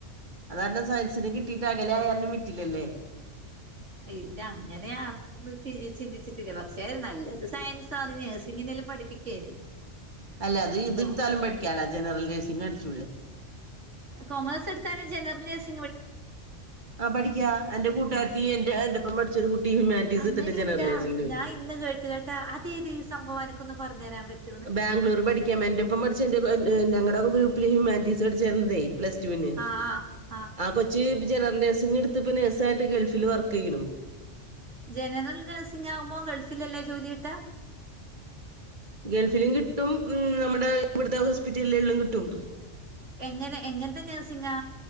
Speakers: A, on the right; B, on the right.
A: അതാരണം സയൻസിന് കിട്ടിട്ട് അകലായാരണം വിട്ടില്ലല്ലേ
B: ഇല്ല അങ്ങനെയാ ഒന്നും ചിന്തിച്ചിട്ടില്ല പക്ഷെ നല്ലത് സയൻസാന്ന് നഴ്സിങ്ങിനെല്ലാം പഠിപ്പിക്കേനു
A: അല്ല അത് ഇത്
B: കോ
A: എടുത്താലും പഠിക്കാലാ ജനറൽ നേഴ്സിങ്ങടിച്ചൂടെ
B: കൊമേഴ്സ് എടുത്താനും ജനറൽ നഴ്സിങ്ങ്
A: ആ പഠിക്കാ എന്റെ കൂട്ടുകാരത്തി എന്റെ എന്റെപ്പം പഠി ഒരു കുട്ടി ഹ്യുമാനിറ്റീസ്
B: അങ്ങനെയുണ്ടാ
A: എടുത്തീട്ട് ജനറൽ നഴ്സിങ്ങിന് പോയി
B: ഞാൻ ഇന്ന് കേട്ട കേട്ടാ അതേത് ഈ സംഭവം എനക്കൊന്ന് പറഞ്ഞെരാൻ പറ്റോ?
A: ബാംഗ്ലൂര് പഠിക്കാമെന്റൊപ്പം പഠിച്ചു എന്റെ ഞങ്ങളുടൊരു ഗ്രൂപ്പിൽ ഹ്യൂമാനിറ്റീസ് പഠിച്ചിരുന്നതേ പ്ലസ് ടു ന്
B: ആഹ് ആഹ് ആഹ്
A: ആ കൊച്ച് ജനറൽ നേഴ്സിംഗ് എടുത്ത്പ്പ നേഴ്സിയിട്ട് ഗൾഫിൽ വർക്കെയ്യുണു
B: ജനറൽ നഴ്സിംങ്ങാവുമ്പോ ഗൾഫിലല്ലെ ജോലിട്ടാ
A: ഗൾഫിലും കിട്ടും മ് നമ്മുടെ ഇവിടുത്തെ ഹോസ്പിറ്റലുകളിലും കിട്ടും
B: എങ്ങനെ എങ്ങനത്തെ നേഴ്സിങ്ങാ